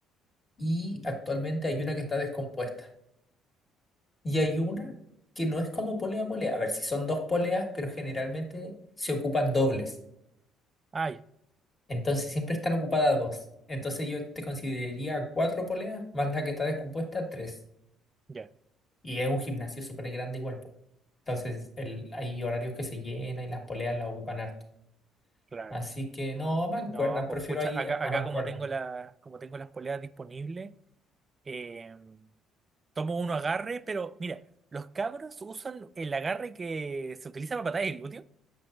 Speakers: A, on the left (about 30°); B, on the right (about 30°).
A: y actualmente hay una que está descompuesta y hay una que no es como polea polea. A ver, si son dos poleas, pero generalmente se ocupan dobles.
B: Ah, ya,
A: Entonces siempre están ocupadas dos. Entonces yo te consideraría cuatro poleas más la que está descompuesta, tres.
B: ya,
A: Y es un gimnasio súper grande igual. po. Entonces el, hay horarios que se llena y las poleas las ocupan harto.
B: claro.
A: Así que no, mancuerna,
B: No,
A: prefiero
B: pues pucha,
A: ahí
B: acá,
A: a
B: acá
A: mancuerna.
B: como tengo la, como tengo las poleas disponibles, eh, tomo uno agarre, pero mira, los cabros usan el agarre que se utiliza para patadas de glúteo,